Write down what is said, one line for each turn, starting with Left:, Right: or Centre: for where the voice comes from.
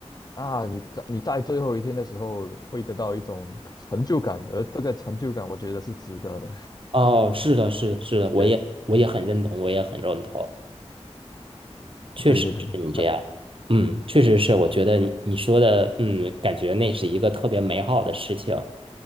Left: 啊，你在你在最后一天的时候会得到一种成就感，而这个成就感我觉得是值得的。
Right: 哦，是的，是的，是的，我也我也很认同，
Left: 对呀，
Right: 我也很认同，确实是你这样。
Left: 对对对，那
Right: 嗯，确实是，我觉得你你说的，嗯，感觉那是一个特别美好的事情。